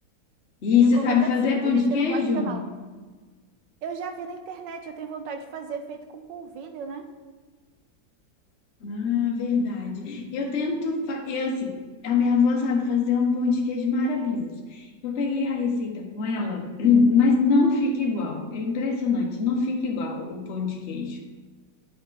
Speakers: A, on the left (about 45°); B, on the right (about 70°).
A: E
B: Eu
A: você
B: como
A: sabe
B: até
A: fazer
B: frito,
A: pão
B: tem
A: de
B: gente
A: queijo?
B: que não gosta não. Eu já vi na internet, eu tenho vontade de fazer feito com polvilho, né?
A: Ah, verdade. Eu tento, fa- eu assim, a minha avó sabe fazer um pão de queijo maravilhoso. Eu peguei a receita com ela, <clears throat> mas não fica igual. É impressionante, não fica igual o pão de queijo.